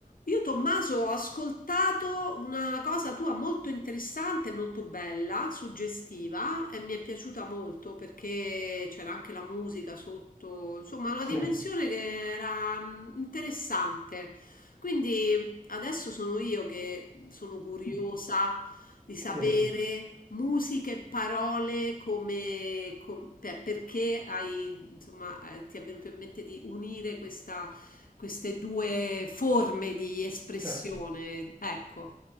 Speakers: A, on the left; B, on the right.
A: Io, Tommaso, ho ascoltato una cosa tua molto interessante, molto bella, suggestiva e mi è piaciuta molto perché c'era anche la musica sotto, insomma, una
B: Sì,
A: dimensione che era mm, interessante. Quindi adesso sono io che sono curiosa di sapere
B: sì,
A: musica e parole come, com- per- perché hai, insomma, eh, ti è venuto in mente di unire questa queste due forme di espressione.
B: certo.
A: Ecco,